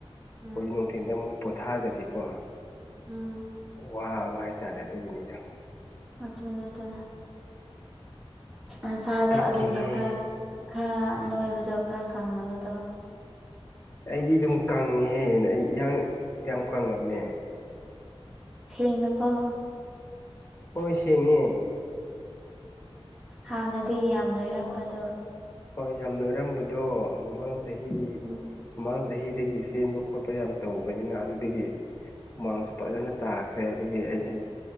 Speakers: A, in the centre; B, on the left (about 20°).
A: ꯎꯝ
B: ꯑꯈꯣꯏꯗꯤ ꯅꯨꯡꯊꯤꯟꯗ ꯑꯃꯨꯛ ꯄꯣꯊꯥꯗꯗꯤꯀꯣ
A: ꯎꯝ
B: ꯋꯥꯕ ꯍꯥꯏꯇꯥꯔꯦ ꯑꯗꯨꯒꯤꯅꯤꯗ
A: ꯑꯗꯨꯅꯦ ꯑꯗꯨꯅꯦ ꯅꯁꯥꯗꯣ
B: ꯑꯗꯨꯒꯤꯅꯦ
A: ꯑꯗꯨꯒꯤ ꯈꯔ ꯈꯔ ꯅꯣꯏꯕꯗꯣ ꯈꯔ ꯀꯥꯡꯅꯕ ꯇꯧꯔꯣ
B: ꯑꯩꯗꯤ ꯑꯗꯨꯝ ꯀꯪꯉꯦꯍꯦ ꯑꯩ ꯏꯔꯥꯡ ꯌꯥꯝ ꯀꯪꯉꯕꯅꯦ
A: ꯁꯦꯡꯂꯥꯕꯣ
B: ꯍꯣꯏ ꯁꯦꯡꯉꯦ
A: ꯍꯥꯟꯅꯗꯤ ꯌꯥꯝ ꯅꯣꯏꯔꯝꯕꯗꯣ
B: ꯍꯣꯏ ꯌꯥꯝ ꯅꯣꯏꯔꯝꯕꯗꯣ ꯃꯃꯥꯡ ꯆꯍꯤ
A: ꯎꯝ
B: ꯃꯃꯥꯡ ꯆꯍꯤꯗꯒꯤ ꯆꯦꯟꯕ ꯈꯣꯠꯄ ꯌꯥꯝ ꯇꯧꯕꯅꯤꯅ ꯑꯗꯨꯗꯒꯤ ꯍꯨꯃꯥꯡꯁꯨ ꯐꯖꯅ ꯇꯥꯈ꯭ꯔꯦ ꯑꯗꯨꯒꯤ ꯑꯩꯒꯤ